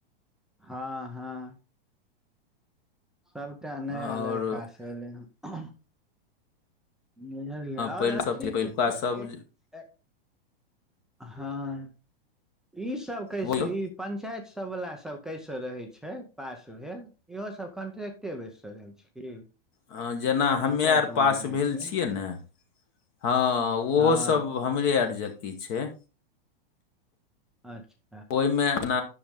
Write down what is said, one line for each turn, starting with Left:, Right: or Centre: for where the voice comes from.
Centre: हँ-हँ। सबटा नया
Left: आओर
Centre: लड़का
Left: अ,
Centre: सँ एलै हन। बुझलियै और
Left: पहिल
Centre: अथी
Left: सब पहिलुका
Centre: के कि
Left: सब
Centre: एक एक हँ ईसब कैसे
Left: बोलो
Centre: ई पंचायत सबवला सब कैसे रहै छै, पास भेल? इहो सब कन्ट्रेक्टे बेस रहै छै की?
Left: हँ जेना हमे
Centre: पंचायत
Left: आर
Centre: मे
Left: पास
Centre: जे रहै
Left: भेल
Centre: छै
Left: छियै ने। हँ ओहो
Centre: हँ
Left: सब हमरे आर जेकी छै।
Centre: अच्छा।
Left: ओहिमे अपना